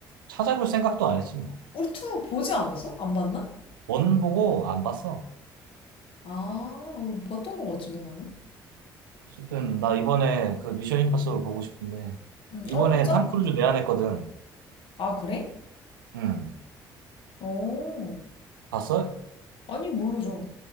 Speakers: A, on the right; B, on the left.
A: 찾아볼 생각도 안 했지 뭐.
B: 우리 투 보지 않았어? 안 봤나?
A: 원 보고 안 봤어.
B: 아 어, 봤던 것 같지 왜 나는?
A: 어쨌든 나 이번에 그 미션 임파서블 보고 싶은데
B: 응.
A: 이번에
B: 어 보자
A: 탐 크루즈 내한했거든.
B: 아 그래?
A: 응.
B: 어
A: 봤어?
B: 아니 모르죠